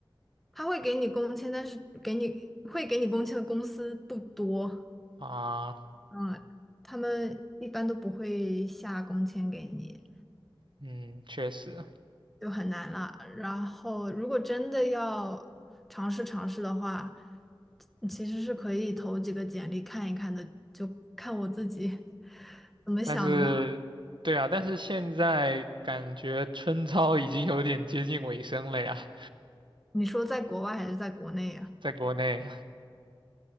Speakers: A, in the centre; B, on the right.
A: 他会给你工签，但是给你会给你工签的公司不多。
B: 啊。
A: 嗯，他们一般都不会下工签给你。
B: 嗯，确实，
A: 就很难了。然后，如果真的要尝试尝试的话，嗯其实是可以投几个简历看一看的，就看我自己 <laughs> 怎么想的吧。
B: 但是，对啊，但是现在感觉春招已经有点接近尾声了呀，
A: 你说在国外还是在国内呀？
B: 在国内，